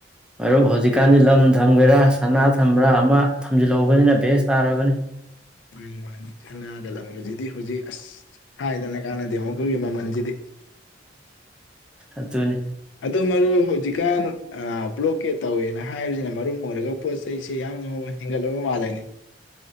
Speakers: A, in the centre; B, on the left (about 75°).
A: ꯃꯔꯨꯞ ꯍꯧꯖꯤꯛꯀꯥꯟꯗꯤ ꯂꯝ ꯊꯝꯒꯦꯔꯥ ꯁꯅꯥ ꯊꯝꯕ꯭ꯔꯥ ꯑꯃ ꯊꯝꯖꯤꯜꯍꯧꯕꯅꯤꯅ ꯕꯦꯁ ꯇꯥꯔꯕꯅꯤ
B: ꯃꯥꯅꯤ ꯃꯥꯅꯤ ꯈꯅꯒꯗꯪꯁꯤꯗꯤ ꯍꯧꯖꯤꯛ ꯑꯁ ꯍꯥꯏꯗꯅ ꯀꯥꯟꯅꯗꯦ ꯃꯈꯣꯏꯒꯤ ꯃꯃꯜꯁꯤꯗꯤ
A: ꯑꯗꯨꯅꯤ
B: ꯑꯗꯨ ꯃꯔꯨ ꯍꯧꯖꯤꯛꯀꯥꯟ ꯕ꯭ꯂꯣꯀꯦꯠ ꯇꯧꯋꯦꯅ ꯍꯥꯏꯕꯁꯤꯅ ꯃꯔꯝ ꯑꯣꯏꯔꯒ ꯄꯣꯠ ꯆꯩꯁꯦ ꯌꯥꯝꯅ ꯍꯦꯟꯒꯠꯂꯕ ꯃꯥꯜꯂꯦꯅꯤ